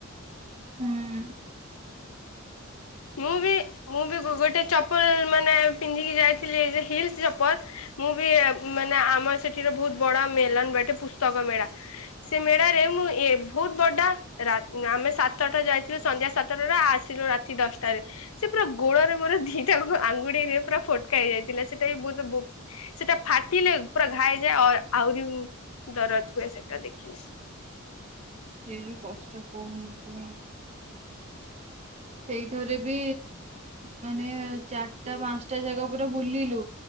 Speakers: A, on the right; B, on the left.
A: ହୁଁ।
B: ମୁଁ ବି ମୁଁ ବି ଗୋଟେ ଚପଲ ମାନେ ପିନ୍ଧିକି ଯାଇଥିଲି ଯେ ହିଲ୍ ଚପଲ। ମୁଁ ବି ମାନେ ଆମର ସେଠିରେ ବହୁତ ବଡ ମେଲନ ଗୋଟେ ପୁସ୍ତକ ମେଳା। ସେ ମେଳା ରେ ମୁଁ ଏ ବହୁତ ବଡା ରା ଆମେ ସାତଟା ଯାଇଥିଲୁ ସନ୍ଧ୍ୟା ସାତଟା ଆସିଲୁ ରାତି ଦଶ ଟା ରେ ସେ ପୁରା ଗୋଡରେ ମୋର ଦିଟା ଆଙ୍ଗୁଡିରେ ପୁରା ଫୋଟକା ହେଇଯାଇଥିଲା ସେଇଟା ବି ବହୁତ ସେଟା ଫାଟିଲେ ପୁରା ଘାଇଯାଏ ଆ ଆହୁରି ଦରଦ ହୁଏ ସେଟା ଦେଖିଲେ।
A: ସେ ଯୋଉ କଷ୍ଟ କହୁନି କୁହନି। ସେଇଥରେ ବି ମାନେ ଚାରିଟା ପାଞ୍ଚଟା ଜାଗା ପୁରା ବୁଲିଲୁ।